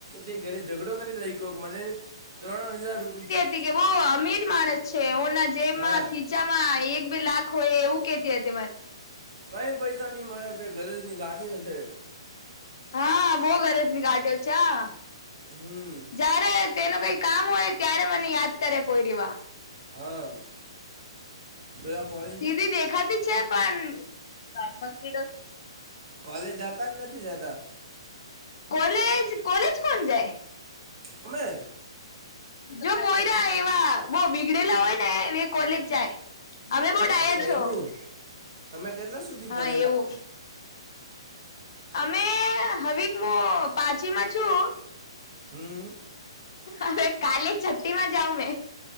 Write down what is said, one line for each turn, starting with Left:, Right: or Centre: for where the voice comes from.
Right: તે ઘરે ઝઘડો કરી લઈ કોક મને ત્રણ હજાર રૂપિયા
Left: એ બહુ અમીર માણસ છે એના જેબમાં
Right: હે
Left: ખીચામાં એક બે લાખ હોય એવું કેતી હતી. તેમાં
Right: કઈ પૈસા નઈ મળે પે ગરેજની ગાંઠઈઓ છે.
Left: હા ભહું ગરજની ગાટલ છે આ
Right: હમ્મ.
Left: જયારે તેનું કઈ કામ હોય ત્યારે મને યાદ કરે કોઈ દી વાર
Right: હા. બધા કોલે
Left: સીધી દેખાતી છે પણ પંખીડો
Right: કોલેજ જાતા કે નથી જાતા.
Left: કોલેજ કોલેજ કોણ જાય.
Right: તમે
Left: જો કોયરા એવા બઉ બીગડેલા હોય ને કોલેજ જાય અમે બહું ડાયા
Right: અચ્છા
Left: છો.
Right: એવું તમે કેટલા સુધી
Left: હા
Right: ભણેલા
Left: એવું અમે હવે હું પાચીમાં છું.
Right: હમ્મ.
Left: હવે કાલે છઠી માં જાઉ મેં.